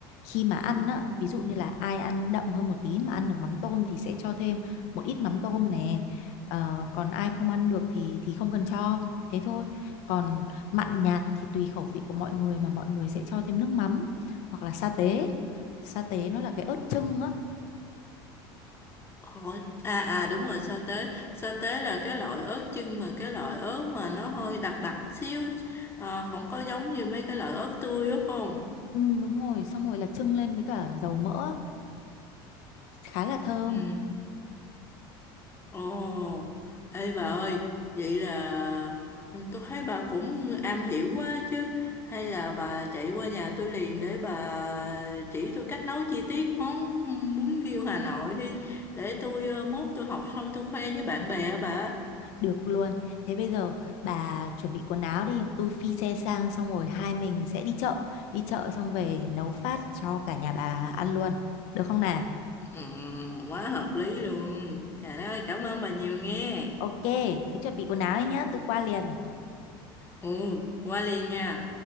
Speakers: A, on the left (about 65°); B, on the left (about 20°).
A: khi mà ăn
B: Ừ.
A: á ví dụ như là ai ăn đậm hơn một tí mà ăn được mắm tôm thì sẽ cho thêm một ít mắm tôm nè Ờ, còn ai không ăn được thì thì không cần cho thế thôi còn mặn nhạt thì tùy khẩu vị của mọi người mà mọi người sẽ cho thêm nước mắm hoặc là sa tế sa tế nó là cái ớt chưng á
B: Hỏi à à đúng rồi sa tế sa tế là cái loại ớt chưng mà cái loại ớt mà nó hơi đặc đặc xíu ờ, không có giống như mấy cái loại ớt tươi đó phải không?
A: ừ, đúng rồi xong rồi là chưng lên với cả dầu mỡ á. khá là thơm
B: Ừ. Ồ, ê bà ơi, vậy là tôi thấy bà cũng am hiểu quá chứ. Hay là bà chạy qua nhà tôi liền để bà chỉ tôi cách nấu chi tiết món bún riêu Hà Nội đi. Để tôi ờ, mốt tôi học xong tôi khoe với bạn bè á bà.
A: Được luôn. Thế bây giờ bà chuẩn bị quần áo đi, tôi phi xe sang xong rồi hai mình sẽ đi chợ, đi chợ xong về nấu phát cho cả nhà bà ăn luôn. Được không nào?
B: Ừ, quá hợp lý luôn. Trời đất ơi, cảm ơn bà nhiều nghe.
A: Ok, thế chuẩn bị quần áo đi nhá, tôi qua liền.
B: Ừ, qua liền nha.